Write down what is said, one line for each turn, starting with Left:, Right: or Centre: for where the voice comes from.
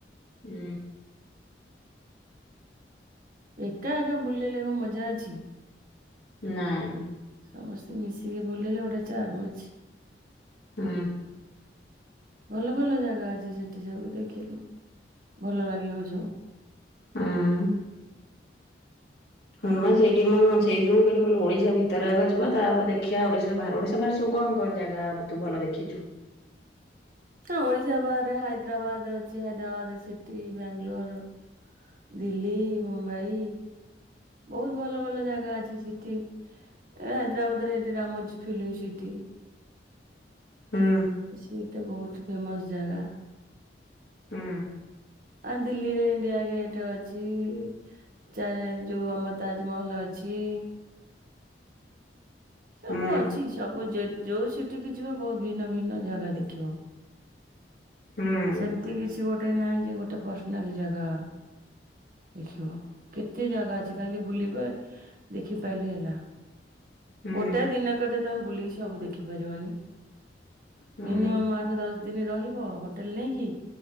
Left: ହୁଁ।
Right: ଏକା ଏକା ବୁଲିଲେ କଣ ମଜା ଅଛି?
Left: ନାଇଁ।
Right: ସମସ୍ତେ ମିଶିକି ବୁଲିଲେ ଗୋଟେ ଚାର୍ମ ଅଛି।
Left: ହୁଁ।
Right: ଭଲ ଭଲ ଜାଗା ଅଛି ସେଠିସବୁ ଦେଖିଲେ ଭଲ ଲାଗିବ ସବୁ।
Left: ହୁଁ। ହୁମା ସେଇଠି ମୁଁ ସେଇ ଯୋଉ କହିଲି ଓଡିଶା ଭିତରେ ଆଗ ଯିବା ତାପରେ ଦେଖିବା ଓଡିଶା ବାହାରେ। ଓଡିଶା ବାହାରାରେ ସବୁ କଣ କଣ ଜାଗା ହବ, ତୁ ଭଲ ଦେଖିଛୁ?
Right: ହଁ ଓଡିଶା ବାହାରେ ହାଇଦ୍ରାବାଦ ଅଛି, ହାଇଦ୍ରାବାଦ ସିଟି ବାଙ୍ଗାଲୋର ଦିଲ୍ଲୀ, ମୁମ୍ବାଇ ବହୁତ ଭଲ ଭଲ ଜାଗା ଅଛି ସିଟି ହାଇଦ୍ରାବାଦରେ ଏଇଟି ରାମଜୀ ଫିଲ୍ମ ସିଟି
Left: ହୁଁ।
Right: ସେଇଟା ବହୁତ ଫେମସ ଜାଗା।
Left: ହୁଁ
Right: ଆ ଦିଲ୍ଲୀରେ ଇଣ୍ଡିଆ ଗେଟ ଅଛି, <unintelligible> ଯୋଉ ଆମ ତାଜମହଲ ଅଛି। ଅଛି। ସବୁ
Left: ହୁଁ
Right: ଅଛି ସବୁ ଜ ଯୋଉ ସିଟିକ ଯିବ ବହୁତ ଭିନ୍ନ ଭିନ୍ନ ଜାଗା ଦେଖିବ।
Left: ହୁଁ।
Right: ସେମିତି କିଛି ଗୋଟେ ନାହିଁ ଯେ ଗୋଟେ ପର୍ସନାଲ ଜାଗା ଦେଖିବ କେତେ ଜାଗା ଅଛି ଖାଲି ବୁଲି ପା ଦେଖି ପାଇଲେ ହେଲା।
Left: ହୁଁ
Right: ଗୋଟାଏ ଦିନ କତେ ତମେ ବୁଲିକି ସବୁ ଦେଖି ପାରିବନି।
Left: ହୁଁ
Right: ମିନିମମ୍ ଆଠ ଦଶ ଦିନ ରହିବ ହୋଟେଲ ନେଇ କି